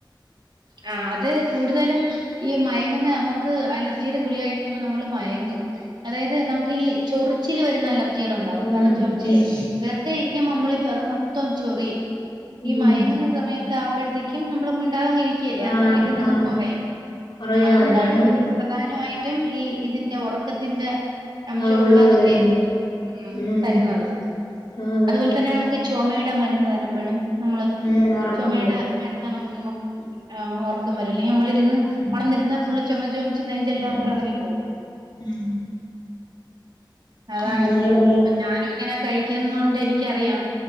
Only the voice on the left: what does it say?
ഉം
ഉം
ഉം
ആഹ്
ആഹ്
കൊറയും
അതിനാണ്
ആ ഗുളിക
മരുന്ന്
ഉം
ആ അതാണ്
ഉം ഉറക്കം
വരും
ഉം
ഉം
ഉം
അങ്ങനെ ഓരോന്ന്